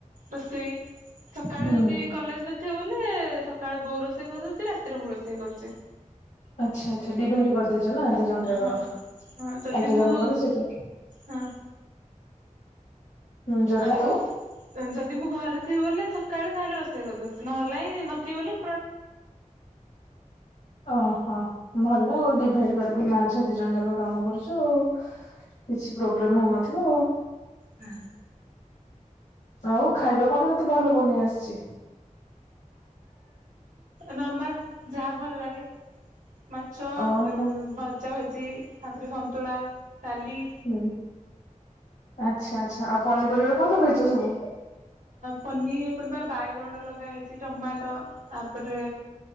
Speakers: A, on the right (about 85°); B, on the left (about 75°).
A: ରୋଷେଇ ସକାଳେ
B: ହୁଁ
A: ଯଦି କଲେଜ ନଥିବ ନଥିଲେ ସକାଳେ ବୋଉ ରୋଷେଇ କରିଦଉଛି ରାତିରେ ମୁଁ ରୋଷେଇ କରୁଛି।
B: ଆଚ୍ଛା ଆଚ୍ଛା ଡିଭାଇଡି କରିଦେ ଇଚ ନା ଦି ଜଣ ଜାକର
A: ହଁ ହଁ ଯଦି
B: ଏଟା
A: ମୁଁ
B: ଜଣକର ସେଇଟା
A: ହଁ
B: ହୁଁ ଯଦି
A: ଆଉ
B: ତୁ
A: ଯଦି ମୁଁ ଘରେ ଥିବି ବୋଲେ କାଳେ ତାହେଲେ ରୋଷେଇ କରିଦଉଛି। ନହେଲେ ନାଇଁ ନଥିବ ବୋଲି
B: ଓହୋ। ଭଲ ଆଉ ଡିଭାଇଡ କରିକି ମା ଛୁଆ ଦି ଜଣ ଯାକ କାମ କରୁଚ ଆଉ। କିଛି ପ୍ରୋବ୍ଲେମ୍ ହଉନଥିବ ଆଉ।
A: ହ।
B: ଆଉ ଖାଇବା କଣ ସେତେ ଭଲ ବନେଇ ଆସିଛି ।
A: ନର୍ମାଲ୍ ଯାହା ଭଲ ଲାଗେ। ମାଛ
B: ଓହୋ
A: ଭଜା ଭଜି। ତାପରେ ସନ୍ତୁଳା। ତାଲି।
B: ହୁଁ ଆଚ୍ଛା ଆଚ୍ଛା ଆଉ ପନିପରିବା କଣ ଲଗେଇଛ ସବୁ।
A: ପନିରପରିବା ବାଇଗଣ ଲଗା ହେଇଛି। ଟମାଟୋ ତାପରେ